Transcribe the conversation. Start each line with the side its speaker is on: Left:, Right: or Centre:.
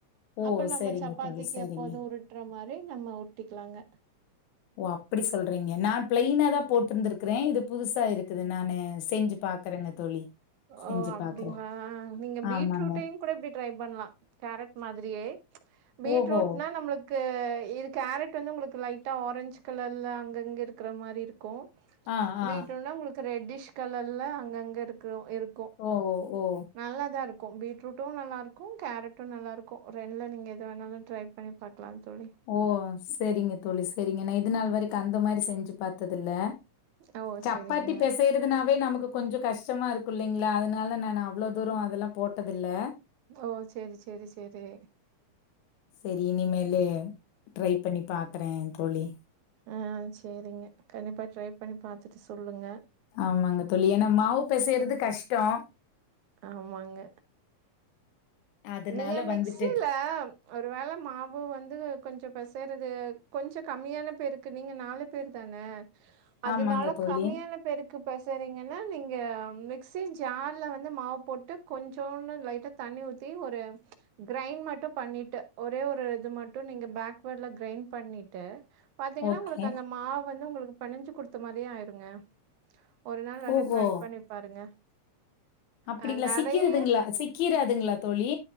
Left: ஓ
Right: அப்ப நம்ம
Left: சரிங்க
Right: சப்பாத்திக்கு
Left: தோழி சரிங்க
Right: எப்போது உருட்டுற மாரி நம்ம உருட்டிக்கலாங்க
Left: ஓ அப்டி சொல்றீங்க நா பிளைனா தா போட்டிருந்திருக்கறே இது புதுசா இருக்குது நானு செஞ்சு பாக்குறேங்க தோழி செஞ்சு
Right: ஓ அப்டிங்களா
Left: பாக்குறே
Right: நீங்க பீட்ரூட்டையு
Left: ஆமாங்க
Right: கூட இப்டி ட்ரை பண்லா கேரட் மாதிரியே பீட்ரூட்னா
Left: ஓஹோ
Right: நம்மளு க்கு இது கேரட் வந்து உங்களுக்கு லைட்டா ஆரஞ்ச் கலர்ல அங்க அங்க இருக்கிற மாரி இருக்கு
Left: ஆ ஆ
Right: பீட்ரூட்னா உங்களுக்கு ரெட்டிஷ் கலர்ல அங்கங்க இருக்கற இரு
Left: ஓ ஓ
Right: நல்லா தா இருக்கு பீட்ரூட்டு நல்லாயிருக்கு கேரட்டு நல்லாயிருக்கு ரெண்டில நீங்க எத வேணாலு ட்ரை பண்ணி பாக் க்லா தோழி
Left: ஓ சேரிங்க தோழி சேரிங்க நா இது நாள் வரைக்கு அந்த மாரி செஞ்சு பாத்ததில்ல
Right: ஓ!
Left: சப்பாத்தி
Right: சரிங்க.
Left: பெசையறதுனாவே நமக்கு கொஞ்சோ கஷ்டமா இருக்கு இல்லைங்களா அதனால நானு அவ்ளோ தூரம் அதெல்லா போட்டதில்ல
Right: ஓ சேரி சேரி சேரி
Left: சேரி இனிமேலு ட்ரை பண்ணி பாக்குறே தோழி
Right: ஆ சேரிங்க கண்டிப்பா ட்ரை பண்ணி பாத்துட்டு சொல்லுங்க
Left: ஆமாங்க தோழி ஏனா மாவு பெசையறது கஷ்டோ
Right: ஆமாங்க
Left: அதனால
Right: நீங்க மிக்சில
Left: வந்துட்டு
Right: ஒரு வேள மாவு வந்து கொஞ்சம் பெசையிறது கொஞ்சம் கம்மியான பேருக்கு நீங்க நாலு பேர் தான அதனால
Left: ஆமாங்க தோழி
Right: கம்மியான பேருக்கு பெசையிறீங்கன்னா நீங்க மிக்சி ஜார்ல வந் ந்து மாவு போட்டு கொஞ்சோண்டு லைட்டா தண்ணி ஊத்தி ஒரு கிரைண்ட் மட்டும் பண்ணிட்டு ஒரே ஒரு இது மட்டும் நீங்க பேக்வேர்டுல் கிரைண்ட் பண்ணிட்டு பாத்தீங்கன்னா
Left: ஓகே
Right: உங்களுக்கு அந்த மாவு வந்து உங்களுக்கு பெனஞ்சு குடுத்த மாரியே ஆயிருங்க ஒரு நாள் வேனா
Left: ஓஹோ
Right: ட்ரை பண்ணி பாருங்க
Left: அப்படிங்களா
Right: அ நெறைய
Left: சிக்கதுங்களா சிக்கிராதுங்களா தோழி